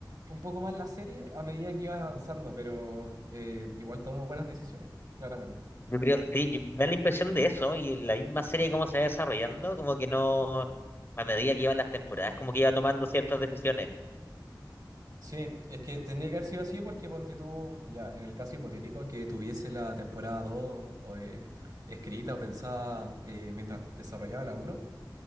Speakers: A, on the right (about 55°); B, on the left (about 30°).
A: un poco más la serie a medida que iba avanzando, pero eh, igual tomó buenas decisiones, claramente.
B: yo creo, sí, yo- me da la impresión de eso, y la misma serie cómo se va desarrollando, como que no, a medida que iban las temporadas, como que iba tomando ciertas decisiones.
A: Sí, es que tendría que haber sido así porque ponte tú, ya, en el caso hipotético que tuviese la temporada 2 o, eh, escrita o pensada eh, mientras desarrollaba la uno,